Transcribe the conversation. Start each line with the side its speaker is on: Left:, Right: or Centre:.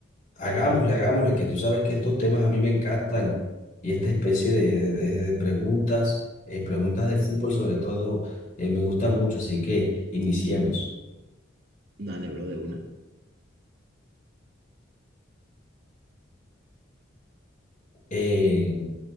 Left: hagámosle, hagámosle, que tú sabes que estos temas a mí me encantan y esta especie de, de- de- de preguntas, eh, preguntas de fútbol sobre todo, eh, me gusta mucho, así que iniciemos.
Right: Dale, bro, de una.
Left: Eh,